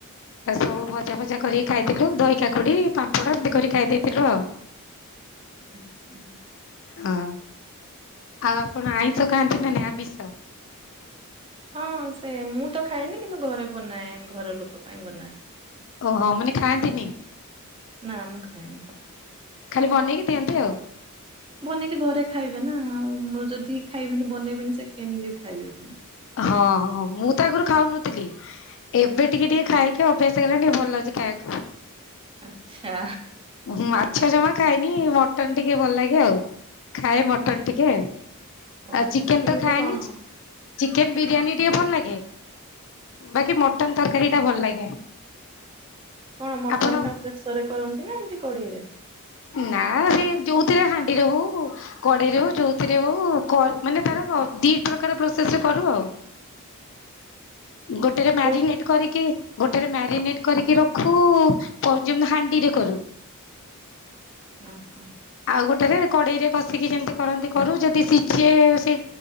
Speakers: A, on the left (about 60°); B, on the right (about 25°).
A: ସବୁ ଭଜା ଭଜା କରିକି ଖାଇଥିଲୁ ଦହି କାକୁଡି ପାମ୍ପଡା ଏମିତି କରି ଖାଇ ଦେଇଥିଲୁ ଆଉ
B: ଆଛା।
A: ହଁ। ଆଉ ଆପଣ ଆଇିଷ ଖାଆନ୍ତି ନା ନ ଆମିଷ
B: ହଁ ସେ ମୁଁ ତ ଖାଏନି କିନ୍ତୁ ଘରେ ବନାଏ ଘର ଲୋକ ପାଇଁ ବନାଏ।
A: ଓହୋ ମାନେ ଖାଆନ୍ତିନି।
B: ନା ମୁ ଖାଇନି।
A: ଖାଲି ବନେଇକି ଦିଅନ୍ତି ଆଉ?
B: ବନେଇକି ଘରେ ଖାଇବେ ନା ଆଉ ମୁଁ ଯଦି ଖାଇବିନି ବନେଇବିନି ସେ କେମିତି ଖାଇବେ ପୁଣି।
A: ହଁ ହଁ ମୁଁ ତ ଆଗରୁ ଖାଉନଥିଲି। ଏବେ ଟିକେ ଟିକେ ଖାଇକି ଅଭ୍ୟାସ କଲାଣି ଭଲ ଲାଗୁଛି ଖାଇବାକୁ।
B: ଆଛା।
A: ମାଛ ଜମା ଖାଇନି ମଟନ ଟିକେ ଭଲ ଲାଗେ ଆଉ। ଖାଏ ମଟନ ଟିକେ ଆ
B: ଓ
A: ଆଉ ଚିକେନ
B: କେମିତି
A: ତ ଖାଏନି।
B: କଣ?
A: ଚିକେନ ବିରିୟାନୀ ଟିକେ ଭଲ ଲାଗେ ବାକି ମଟନ ତରକାରୀ ଟା ଭଲ ଲାଗେ।
B: କଣ ମଟନ୍
A: ଆପଣ
B: ଟା ପ୍ରେସରେ କରନ୍ତି ନା ଏମିତି କଡ଼େଇରେ?
A: ନା ସେ ଯୋଉଥିରେ ହାଣ୍ଡିର ହଉ। କଡେଇରେ ହଉ ଯଉଥିରେ ହଉ ମାନେ ତାର ଦି ପ୍ରକାର ପ୍ରୋସେସରେ କରୁ ଆଉ। ଗୋଟେ ଗୋଟରେ ମ୍ୟାରିନେଟ୍
B: ଓହୋ
A: କରିକି ଗୋଟେରେ ମ୍ୟାରିନେଟ କରିକି ରଖୁ ପ ହାଣ୍ଡିରେ କରୁ
B: ହଁ ହଁ।
A: ଆଉ ଗୋଟେରେ କଡେଇ ରେ କଷିକି ଯେମିତି କରନ୍ତି କରୁ ଯଦି ସିଝେ ସେ